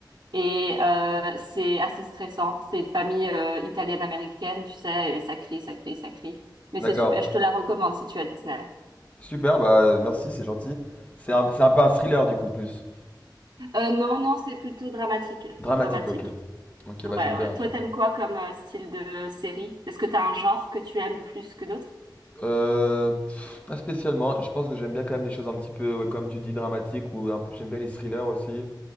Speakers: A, on the right (about 55°); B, on the left (about 15°).
A: Et euh, c'est assez stressant. C'est une famille euh, italienne-américaine, tu sais, et ça crie, ça crie, ça crie. Mais
B: D'accord.
A: c'est super, je te la recommande si tu as Disney.
B: Super, bah euh, merci, c'est gentil. C'est un, c'est un peu un thriller, du coup, plus.
A: Euh, non, non, c'est plutôt dramatique.
B: Dramatique,
A: Dramatique.
B: ok. Ok, bah
A: Ouais,
B: j'aime
A: ouais.
B: bien.
A: Toi, t'aimes quoi comme euh, style de série? Est-ce que t'as un genre que tu aimes plus que d'autres?
B: Heu, pff, pas spécialement. Je pense que j'aime bien quand même les choses un petit peu, ouais, comme tu dis, dramatiques ou un p j'aime bien les thrillers aussi.